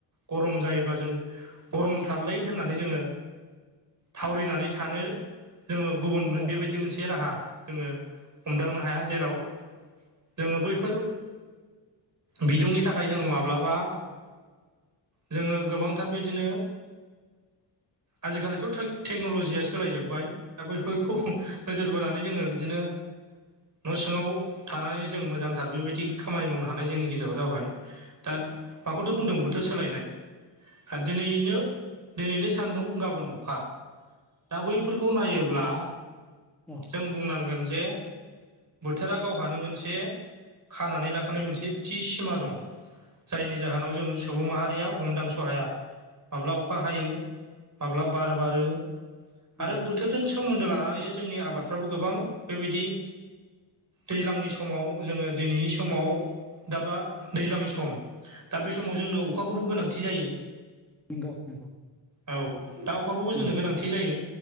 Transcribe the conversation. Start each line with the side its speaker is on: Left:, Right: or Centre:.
Right: गरम जायोब्ला जों गरमथारलै होननानै जोङो थावरिनानै थानो जोङो गुब
Centre: नंगौ
Right: बेबायदि मोनसे राहा जोङो हमदांनो हाया जेराव जोङो बैफोर बिदुंनि थाखाय जोङो माब्लाबा जोङो गोबांथार बिदिनो आजिखालिथ' टोक टेक्न'लजिया सोलायजोबबाय दा बैफोरखौ नोजोर बोनानै जोङो बिदिनो न' सिङाव थानानै जों मोजांथार बेबायदि खामानि मावनो हानाय जोंनि गेजेराव जाबाय। दा माखौथो बुंदों बोथोर सोलायनाय दोनैनो दोनैनो सानदुं गाबोन अखा दा बैफोरखौ नायोब्ला
Centre: औ
Right: जों बुंनांगोन जे बोथोरा गावहानो मोनसे खानानै लाखानाय मोनसे थि सिमा दं। जायनि जाहोनाव जों सुबुं माहारिया हमदांस' हाया माब्ला अखा हायो माब्ला बार बारो
Centre: नंगौ
Right: आरो बोथोरजों सोमोन्दो लानानै जोंनि आबादफ्राबो गोबां बेबायदि दैज्लांनि समाव जोङो दिनैनि समाव दाबा दैज्लांनि सम। दा बे समाव जोंनो अखाखौबो गोनांथि जायो।
Centre: नंगौ नंगौ।
Right: औ दा अखाखौबो जोंनो
Centre: उम
Right: गोनांथि जायो